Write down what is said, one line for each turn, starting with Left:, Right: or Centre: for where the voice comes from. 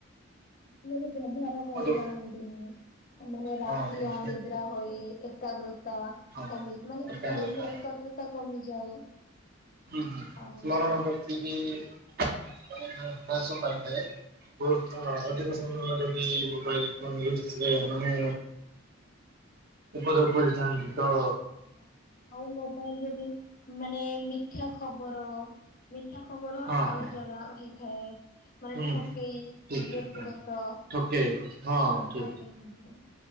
Left: ମାନେ ବ୍ୟବହାର କରି
Right: ହଁ
Left: ଜାଣନ୍ତିନି ମାନେ ରାତି
Right: ହଁ ଠିକ
Left: ଅନିଦ୍ରା ହୋଇ ଏ ଏକାଗ୍ରତା
Right: ହଁ।
Left: କମି ମାନେ
Right: ଏକା
Left: ସେମାନଙ୍କର
Right: କଥା
Left: ଏକାଗ୍ରତା କମିଯାଏ।
Right: ହୁଁ ହୁଁ
Left: ଆଉ
Right: ସ୍ମରଣ ଶକ୍ତି ବି ହ୍ରାସ ପାଇଥାଏ। ବୋହୁତ ଅଧିକ ସମୟ ଯଦି ମୋବାଇଲ ଫୋନ୍ ୟୁଜ କଲେ ମାନେ ଉପଯୋଗ କରିଥାନ୍ତି ତ
Left: ଆଜ୍ଞା ଆଉ ମୋବାଇଲ ଯଦି ମାନେ ମିଥ୍ୟା ଖବର ମିଠା ଖବର
Right: ହଁ
Left: ଆଲୋଚନା
Right: ହଁ
Left: ହେଇଥାଏ। ମାନେ
Right: ହୁଁ
Left: ଠକେଇ
Right: ଠିକ ଠିକ
Left: ବ୍ୟକ୍ତିଗତ
Right: ହଁ ଠକେ ହଁ ଠିକ।
Left: ଆଜ୍ଞା ଆଜ୍ଞା